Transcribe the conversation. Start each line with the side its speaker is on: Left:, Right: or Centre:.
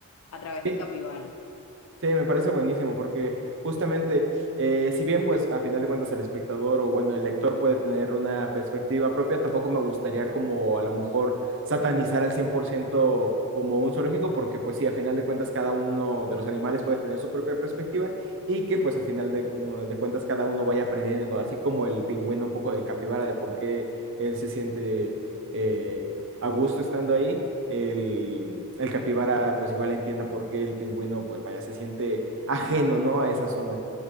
Left: a través
Right: Sí,
Left: del capibara.
Right: Sí, me parece buenísimo porque justamente, eh, si bien pues a final de cuentas el espectador o bueno, el lector puede tener una perspectiva propia, tampoco me gustaría como a lo mejor satanizar al 100% como un zoológico porque pues sí, a final de cuentas cada uno de los animales puede tener su propia perspectiva y que pues a final de, mm, de cuentas cada uno vaya aprendiendo, así como el pingüino un poco del capibara de por qué él se siente... eh, a gusto estando ahí. El, el capibara pues igual entienda por qué el pingüino pues vaya, se siente ajeno, ¿no? A esa zona.